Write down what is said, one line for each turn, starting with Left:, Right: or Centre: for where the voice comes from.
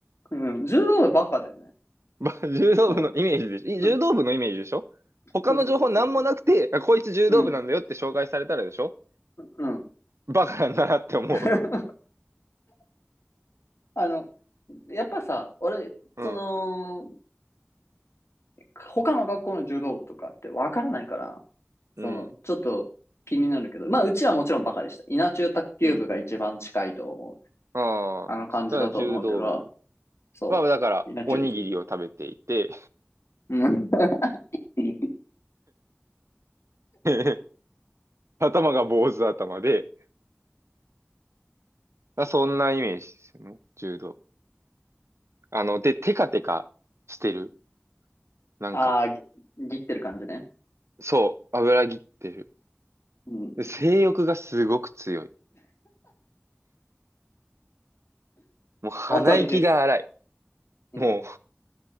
Left: うん、柔道部バカだよね。
Right: ば柔道部のイメージでしょい柔道部のイメージでしょ他の情報なんもなくて、
Left: その、うんそうそうそうそうそう。
Right: あこいつ柔道部なんだよって紹介されたらでしょ
Left: うん、うん。
Right: バカなんだなって思う。
Left: <laughs> あの、やっぱさ、俺、
Right: うん。
Left: その、他の学校の柔道部とかってわからないから、
Right: うん。
Left: その、ちょっと気になるけど、まあ、うちはもちろんバカでした。稲中卓球部が一番近いと思う、
Right: うん。ああ、
Left: あの感じだと思うけど、
Right: そしたら柔道部
Left: そう、
Right: は、だから、
Left: 稲中、
Right: おにぎりを食べていて
Left: うん。<laughs>
Right: <laughs> 頭が坊主頭で、あそんなイメージですよね。柔道部。あの、で、テカテカしてる。なんか、
Left: ああ、ぎぎってる感じね。
Right: そう、油ぎってる。
Left: うん。
Right: で性欲がすごく強い。もう鼻息が荒い。
Left: 当たりです。うん。
Right: もう